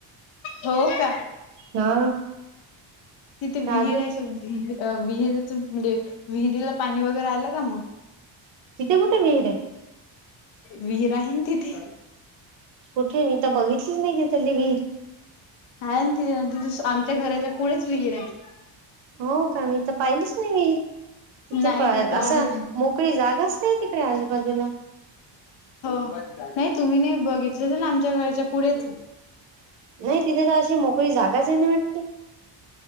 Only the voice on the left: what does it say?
हो का?
तिथे विहीर
आहेत. विर विहिरीच म्हणजे विहिरीला पाणी वगैरे आलं का मग?
विहीर आहे ना तिथे.
ह ते आम च्या घराच्या पुढेच विहीर आहे.
नाही
आहे
हो नाही तुम्ही नाही बघितलं तरल आमच्या घरच्या पुढेच